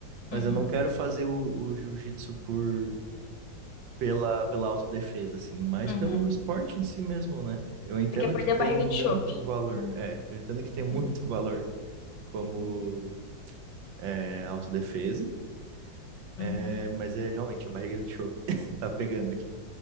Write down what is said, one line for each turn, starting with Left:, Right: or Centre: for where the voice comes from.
Right: Mas
Left: uhum,
Right: eu não quero fazer o, o jiu-jitsu por pela pela autodefesa assim, mas
Left: uhum.
Right: pelo esporte em si mesmo, né? Eu entendo
Left: Você quer perder
Right: que tem
Left: a barriga
Right: muito
Left: de chope.
Right: valor,
Left: Uhum,
Right: é, eu entendo que tem muito
Left: uhum,
Right: valor como é, autodefesa. É,
Left: uhum.
Right: mas é realmente a barriga de chope <laughs> tá pegando aqui.